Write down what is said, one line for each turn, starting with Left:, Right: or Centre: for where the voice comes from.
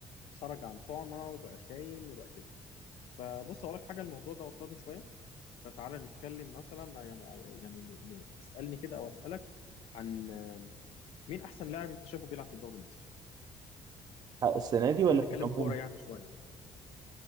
Left: خرج عن طوعنا وبقى خاين وبقى كده فبص اقول لك حاجه الموضوع ده وترني شويه فتعالى نتكلم مثلا يعني يعني ن- ن- اسالني كده او اسالك عن مين احسن لاعب انت شايفه بيلعب في الدوري المصري
Right: السنه دي ولا
Left: خلينا
Right: في
Left: نتكلم
Right: العموم
Left: كوره يعني شويه